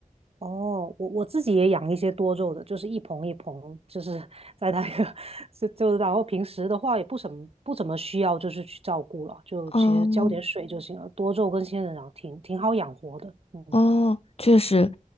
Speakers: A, on the right; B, on the left.
A: 哦，我我自己也养一些多肉的，就是一盆一盆，就是 <laughs> 在那个 <laughs> 就就然后平时的话也不怎么不怎么需要就是去照顾了，就其实浇点水就行了。
B: 哦，
A: 多肉跟仙人掌挺挺好养活的，嗯
B: 哦，确实，